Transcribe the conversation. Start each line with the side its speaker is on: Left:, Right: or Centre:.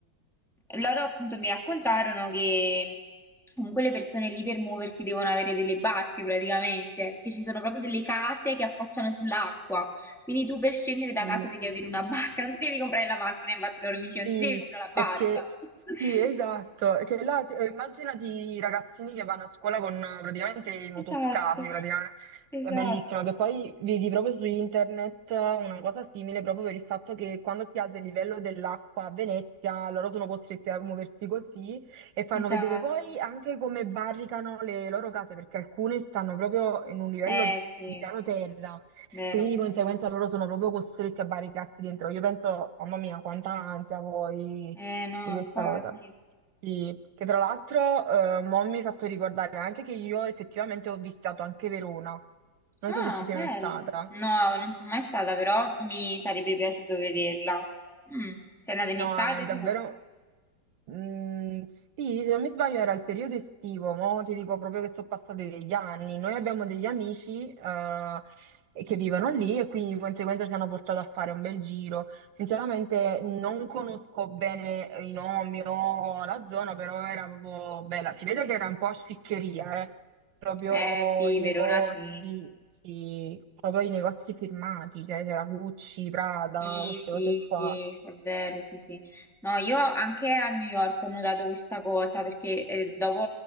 Centre: mh, loro appunto mi raccontarono che comunque le persone lì per muoversi devono avere delle barche praticamente, perché ci sono proprio delle case che affacciano sull'acqua. Quindi tu per scendere da
Right: sì,
Centre: casa devi avere una barca, non ti devi comprare la macchina, infatti loro mi dicevano,
Right: sì,
Centre: tu devi comprare la
Right: perché
Centre: barca. <laughs>
Right: sì, esatto, che là, eh, immaginati i ragazzini che vanno a scuola con eh, praticamente i motoscafi,
Centre: Esatto,
Right: praticamente,
Centre: esatto.
Right: è bellissimo, che poi vedi proprio su internet eh, una cosa simile proprio per il fatto che quando si alza il livello dell'acqua a Venezia, loro sono costretti a muoversi così e fanno
Centre: Esatto.
Right: vedere poi anche come barricano le loro case, perché alcune stanno proprio in un livello
Centre: Eh sì,
Right: di piano terra.
Centre: vero.
Right: Quindi di conseguenza loro sono proprio costretti a barricarsi dentro. Io penso, mamma mia, quanta ansia poi
Centre: Eh no,
Right: di questa
Centre: infatti.
Right: cosa. Sì, che tra l'altro eh, mo mi hai fatto ricordare anche che io effettivamente ho visitato anche Verona. Non
Centre: Ah,
Right: so se ci sei
Centre: bello.
Right: mai stata.
Centre: No, non sono mai stata, però mi sarebbe piaciuto vederla. Mm, Sei andata in
Right: No,
Centre: estate
Right: è davvero
Centre: tu?
Right: Mm, sì, se non mi sbaglio era il periodo estivo, mo ti dico proprio che sono passati degli anni. Noi abbiamo degli amici eh, che vivono lì e quindi di conseguenza ci hanno portato a fare un bel giro. Sinceramente non conosco bene i nomi o la zona, però era proprio bella. Si vede che era un po' sciccheria, eh. Proprio
Centre: Eh sì,
Right: i
Centre: Verona
Right: negozi,
Centre: sì.
Right: sì, proprio i negozi firmati, cioè c'era Gucci, Prada,
Centre: Sì,
Right: queste
Centre: sì,
Right: cose
Centre: sì,
Right: qua.
Centre: è vero, sì, sì. No, io anche a New York ho notato questa cosa perché eh, dopo